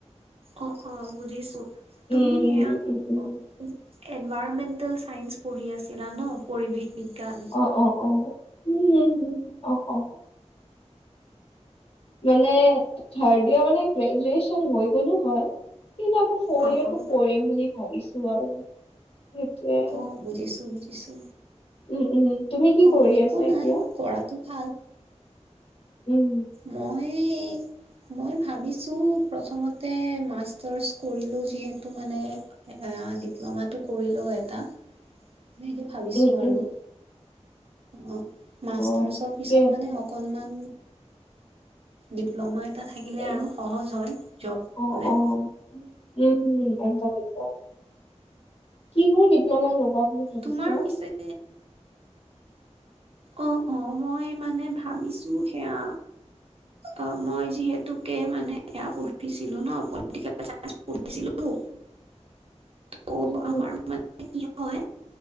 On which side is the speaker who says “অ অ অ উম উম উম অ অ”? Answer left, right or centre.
Left